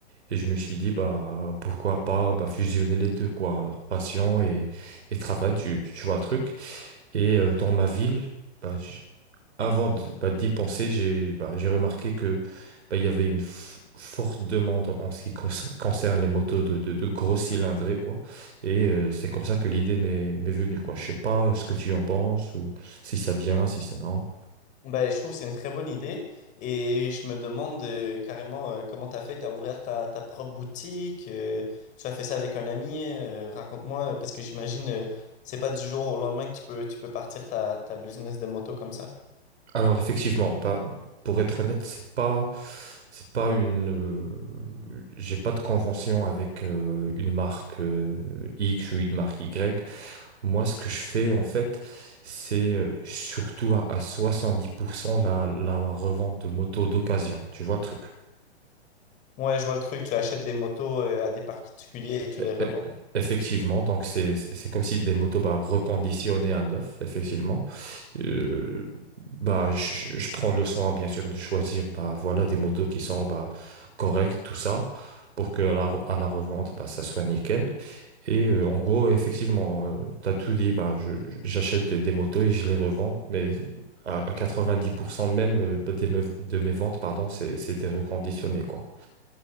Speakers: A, on the right; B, on the left.
A: Et je me suis dit, bah, pourquoi pas bah, fusionner les deux, quoi. Passion et, et travail, tu, tu tu vois le truc. Et euh, dans ma ville, bah, j- avant d- bah, d'y penser, j'ai bah, j'ai remarqué que bah, il y avait une f- forte demande en ce qui concer- concerne les motos de, de, de gros cylindrés, quoi. Et euh, c'est comme ça que l'idée m'est m'est venue, quoi. Je sais pas ce que tu en penses, ou si c'est bien, si c'est non.
B: Ben, je trouve que c'est une très bonne idée et je me demande euh, carrément euh, comment t'as fait, t'as ouvert ta, ta propre boutique, euh, tu as fait ça avec un ami, euh, raconte-moi, parce que j'imagine euh, c'est pas du jour au lendemain que tu peux, tu peux partir ta, ta business de moto comme ça.
A: Alors effectivement, bah, pour être honnête, c'est pas, c'est pas une, euh, j'ai pas de convention avec euh, une marque euh, X ou une marque Y. Moi, ce que je fais en fait, c'est euh, surtout à, à 70% la, la revente de motos d'occasion. Tu vois le truc?
B: Ouais, je vois le truc. Tu achètes des motos euh, à des particuliers et tu
A: E-
B: les revends.
A: e- Effectivement, donc c'est c'est c'est comme si des motos bah, reconditionnées à neuf, effectivement. Euh, bah je, je- je prends le soin bien sûr de choisir bah voilà des motos qui sont bah correctes tout ça pour que à la, re- à la revente bah ça soit nickel. Et euh, en gros effectivement, tu as tout dit bah je- je- j'achète des, des motos et je les revends, mais à, à 90% même euh, bah, des me- de mes ventes pardon c'est c'est des reconditionnés quoi.